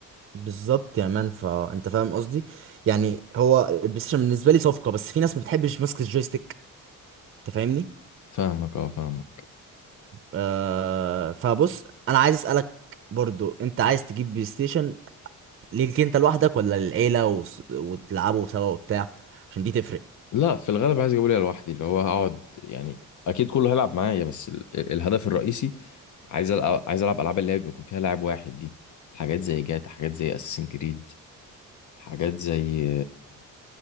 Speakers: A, on the right; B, on the left.
A: بالظبط يا مان فانت فاهم قصدي يعني هو البلاي ستيشن بالنسبه لي صفقه بس في ناس ما بتحبش ماسكه الجويستيك انت فاهمني
B: فاهمك اه فاهمك
A: آه فبص انا عايز اسالك برضو انت عايز تجيب بلاي ستيشن ليك انت لوحدك ولا للعيله وس... وتلعبوا سوا وبتاع عشان دي تفرق
B: لا في الغالب عايز اجيبه ليا لوحدي اللي هو هقعد يعني اكيد كله هيلعب معايا بس ال... الهدف الرئيسي عايز ألعب عايز ألعب ألعاب اللي هي بيكون فيها لاعب واحد دي حاجات زي جاتا حاجات زي أساسين كريد حاجات زي